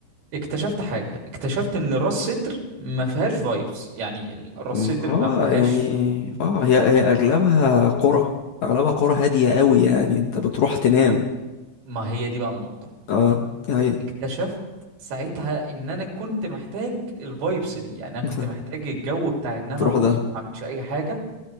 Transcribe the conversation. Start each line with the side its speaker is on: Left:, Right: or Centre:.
Right: اكتشفت حاجه اكتشفت ان راس سدر ما فيهاش فايبس يعني ال- راس
Left: ما
Right: سدر
Left: هو
Right: ما فيهاش
Left: يعني اه هي هي اغلبها قرى اغلبها قرى هادية قوي يعني انت بتروح تنام
Right: ما هي دي بقى النقطه
Left: اه هي
Right: اكتشفت ساعتها ان انا كنت محتاج الفايبس دي يعني انا
Left: <laughs>
Right: كنت محتاج الجو بتاع ان انا
Left: تروح
Right: اروح
Left: ده
Right: ما اعملش اي حاجه